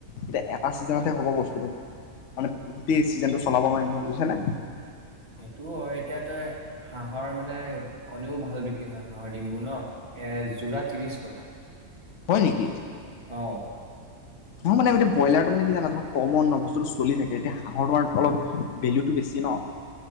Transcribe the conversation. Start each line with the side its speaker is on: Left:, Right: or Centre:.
Left: এতিয়া এটা। চিজনতে হব বস্তুটো, মানে গোটেই ছিজনটো চলাব পাৰিম নহয়, বুজিছা নে?
Right: এইটো হয়, এতিয়াতে হাঁহৰ মানে কণীও ভাল বিক্ৰী হয়। হাঁহৰ ডিমবোৰ নে এ যোৰা ত্ৰিশ টকা।
Left: হয় নেকি?
Right: অঁ
Left: নহয়, মানে ব্ৰইলাৰটো মানে কি জানা কমনকমন ন বস্তুটো চলি থাকে। এতিয়া হাঁহৰ তোমাৰ অলপ ভেলুটো বেছি ন।